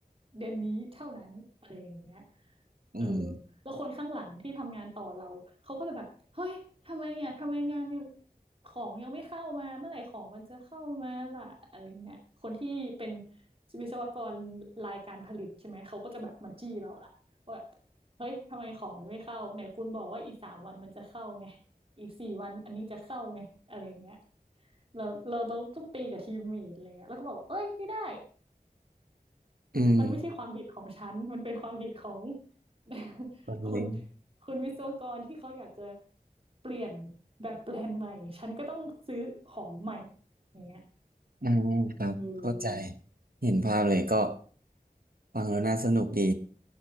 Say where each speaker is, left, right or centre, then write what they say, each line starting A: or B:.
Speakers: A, on the right; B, on the right.
A: เดือนนี้เท่านั้นอะไรอย่างเงี้ย
B: อืม
A: เออแล้วคนข้างหลังที่ทำงานต่อเราเขาก็จะแบบเฮ้ยทำไมอ่ะทำไมงานยัง ของยังไม่เข้ามาเมื่อไหร่ของมันจะเข้ามาล่ะอะไรเงี้ยคนที่เป็นวิศวกรรายการผลิตใช่ไหมเขาก็จะแบบมาจี้เราล่ะว่าแบบเฮ้ยทำไมของมันไม่เข้าไหนคุณบอกว่าอีกสามวันมันจะเข้าไงอีกสี่วันอันนี้จะเข้าไงอะไรเงี้ยเราเราเราต้องตีกับทีมเมทอะไรเงี้ยแล้วก็บอกว่าเอ้ยไม่ได้
B: อืม
A: มันไม่ใช่ความผิดของฉัน มันเป็นความผิดของ <laughs>
B: แบบนี้
A: คนคนวิศวกรที่เขาอยากจะเปลี่ยนแบบแปลนใหม่ ฉันก็ต้องซื้อของใหม่อย่างเงี้ย
B: อ่าครับเข้าใจ
A: อืม
B: เห็นภาพเลยก็ฟังแล้วน่าสนุกดี